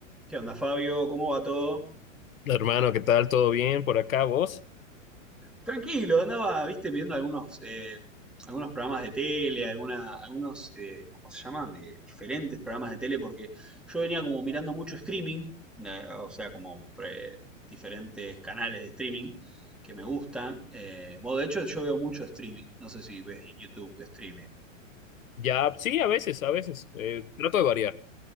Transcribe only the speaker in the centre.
¿Qué onda, Fabio? ¿Cómo va todo?
Tranquilo, andaba, viste, viendo algunos, eh, algunos programas de tele, alguna, algunos, eh, ¿cómo se llama? De diferentes programas de tele, porque yo venía como mirando mucho streaming, eh, o sea, como pre- diferentes canales de streaming que me gustan. Eh, bueno, de hecho, yo veo mucho streaming. No sé si ves en YouTube streaming.